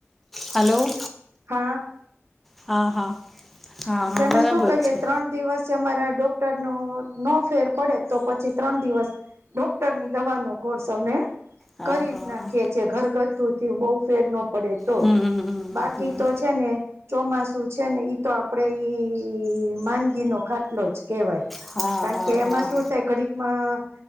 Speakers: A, in the centre; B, on the right.
A: હલો.
B: હ.
A: હા હા. હા
B: એટલે
A: હા
B: અમે
A: બરાબર
B: શું કરીએે
A: છે
B: ત્રણ દિવસ.. જે અમારા ડોક્ટર ન નો ફેર પડે તો પછી ત્રણ દિવસ ડોક્ટર ની દવા નો કોર્સ અમે
A: હા
B: કરી
A: હા
B: નાખીએ
A: હા
B: છીએ ઘરગથ્થુ થી બહૂ ફેર નો પડે તો
A: હમ હમ હમ
B: બાકી
A: હમ
B: તો છે ને ચોમાસું છે ને ઈ તો. આપડે ઈ માંનગી નો ખાટલો જ કેવાય.
A: હા
B: કારણ
A: હા
B: કે એમાં
A: હા
B: શું થાય ઘડીકમાં